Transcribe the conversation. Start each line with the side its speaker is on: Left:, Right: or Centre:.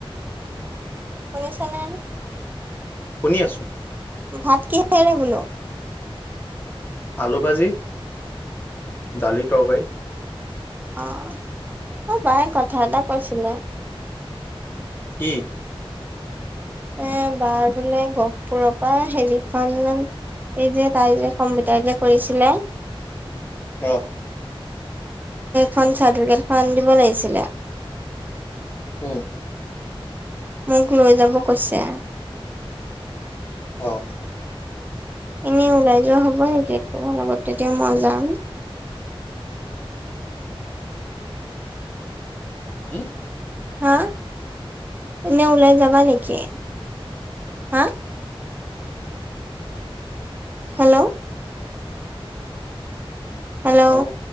Right: শুনিছানে?
Left: শুনি আছো।
Right: ভাত কিহেৰে বোলো?
Left: আলু ভাজি দালি তৰকাৰী।
Right: আহ, অ' বাই কথা এটা কৈছিলে।
Left: কি
Right: এ বাৰ বোলে গহপুৰৰ পৰা হেৰিখন এই যে তাই যে কম্পিউটাৰ যে কৰিছিলে।
Left: আহ।
Right: খন চাৰ্টিফিকেটখন দিব লাগিছিলে।
Left: উম।
Right: মোক লৈ যাব কৈছে।
Left: অ'।
Right: এনে ওলাই যোৱা হ'ব নে? তোমাৰ লগত তেতিয়া মই যাম।
Left: হম।
Right: হা, এনে ওলাই যাবা নেকি? হা? হেল্ল'। হেল্ল'।
Left: হ'ব